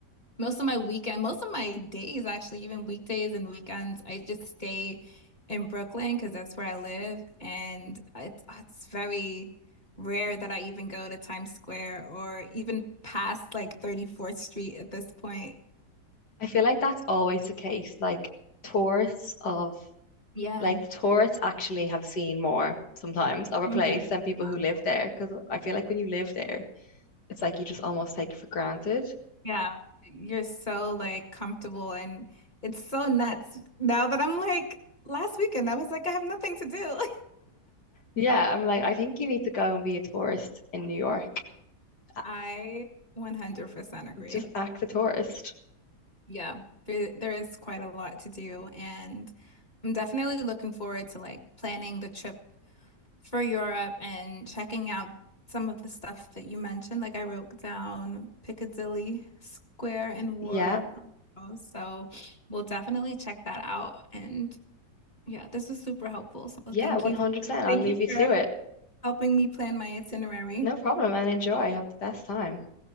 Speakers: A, on the left; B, on the left.
A: Most of my weekend, most of my days, actually, even weekdays and weekends, I just stay in Brooklyn because that's where I live. And it's, it's very rare that I even go to Times Square or even past like 34th Street at this point.
B: feel like that's always the case. Like tourists of
A: Yeah.
B: like
A: <laughs>
B: the tourists actually have seen more sometimes of a
A: 100%.
B: place than people who live there. Because I feel like when you live there, it's like you just almost take it for granted.
A: Yeah. You're so like comfortable and it's so nuts now that I'm like, last weekend, I was like, I have nothing to do.
B: Yeah, I'm like, I think you need to go and be a tourist in New York.
A: <laughs>
B: A-
A: I 100% agree
B: Just act a tourist.
A: Yeah, there there is quite a lot to do, and I'm definitely looking forward to like planning the trip for Europe and checking out some of the stuff that you mentioned. Like I wrote down Piccadilly Square and War
B: Yeah,
A: of the Worlds, so we'll definitely check that out. And yeah, this was super helpful. So
B: yeah,
A: thank
B: 100%.
A: you,
B: I'll
A: thank
B: leave
A: you
B: you to
A: for
B: it.
A: helping me plan my itinerary.
B: No problem, and enjoy. Have the best time.